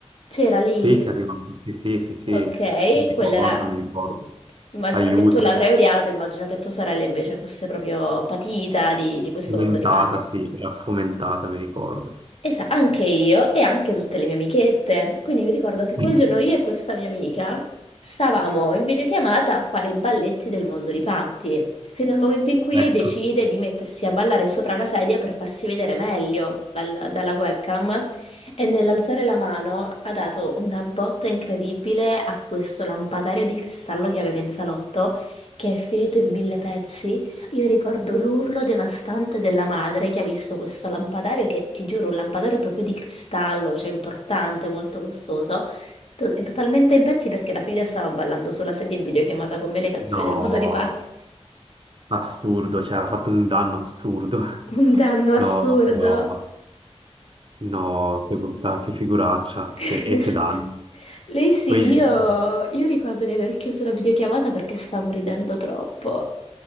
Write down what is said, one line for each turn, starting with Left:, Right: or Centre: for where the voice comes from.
Left: c'era lì?
Right: Sì, che è arrivato, sì, sì, sì, sì,
Left: Ok,
Right: mi ricordo,
Left: quella era,
Right: mi ricordo.
Left: immagino
Right: Aiuto,
Left: che tu l'avrai odiato, immagino che tua sorella invece fosse proprio patita di, di questo
Right: fomentata,
Left: mondo di Patti.
Right: sì, era fomentata, mi ricordo.
Left: Esa- anche io e anche tutte le mie amichette. Quindi mi ricordo che quel
Right: <laughs>
Left: giorno io e questa mia amica stavamo in videochiamata a fare i balletti del mondo di Patti, fino al momento in cui lei
Right: Ecco,
Left: decide di mettersi a ballare sopra la sedia per farsi vedere meglio dal- dalla webcam e nell'alzare la mano ha dato una botta incredibile a questo lampadario di cristallo che aveva in salotto, che è finito in mille pezzi io ricordo l'urlo devastante della madre che ha visto questo lampadario, che ti giuro, un lampadario proprio di cristallo, cioè importante, molto costoso, to- totalmente in pezzi perché la figlia stava ballando sulla sedia in videochiamata con me le canzoni
Right: no,
Left: del mondo di Patti.
Right: assurdo, cioè ha fatto un danno assurdo. <laughs>
Left: Un danno assurdo.
Right: No, no. No, che bontà, che figuraccia,
Left: <laughs>
Right: che, e che danno.
Left: Lei sì,
Right: Poi
Left: io,
Right: se-
Left: io ricordo di aver chiuso la videochiamata perché stavo ridendo troppo.